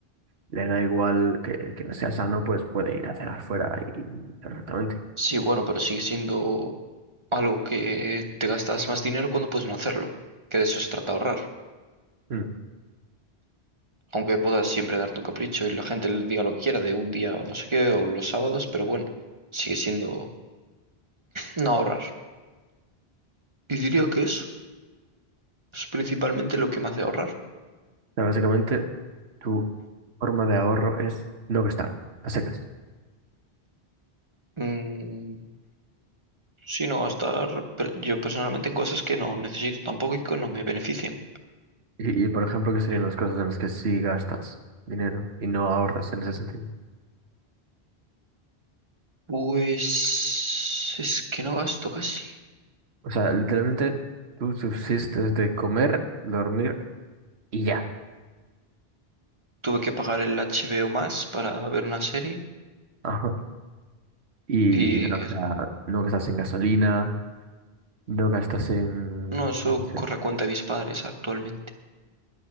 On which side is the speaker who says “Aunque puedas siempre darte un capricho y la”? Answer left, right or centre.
Right